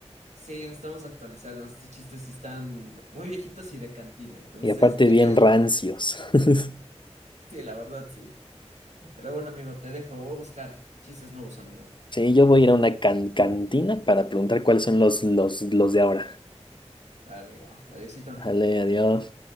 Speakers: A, on the right (about 80°); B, on the left (about 45°).
A: Sí, necesitamos actualizarnos. Estos chistes sí están muy viejitos y de cantina. Entonces,
B: Y aparte
A: hay
B: bien
A: que...
B: rancios. <laughs>
A: Sí, la verdad, sí. Pero bueno, amigo, te dejo. Voy a buscar chistes nuevos, amigo.
B: Sí, yo voy a ir a una can- cantina para preguntar cuáles son los, los, los de ahora.
A: Vale, amigo. Adiósito.
B: Vale, adiós.